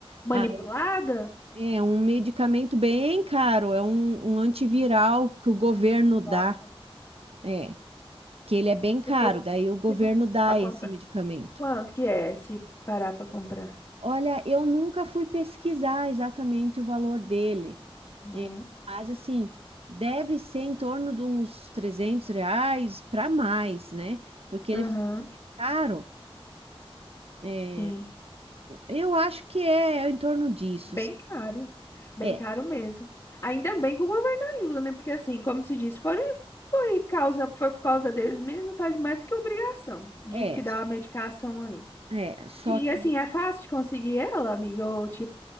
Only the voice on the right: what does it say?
Ah, é um medicamento bem caro, é um, um antiviral que o governo dá,
é, que ele é bem caro,
daí o governo
dá
esse medicamento.
Olha, eu nunca fui pesquisar exatamente o valor dele. É,
mas assim, deve ser em torno de uns 300 reais para mais, né? Porque
ele é caro. É,
eu acho que é em torno disso.
É,
é,
é, só
que